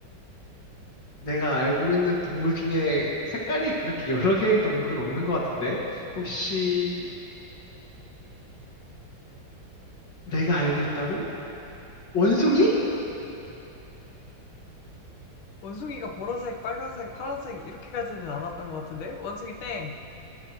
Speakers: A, on the left; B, on the left.
A: 내가 알고 있는 동물 중에 색깔이 그렇게 여러 개인 동물은 없는 것 같은데 혹시 내가 알고 있다고 원숭이
B: 원숭이가 보라색, 빨간색, 파란색 이렇게 가지는 않았던 것 같은데? 원숭이 땡.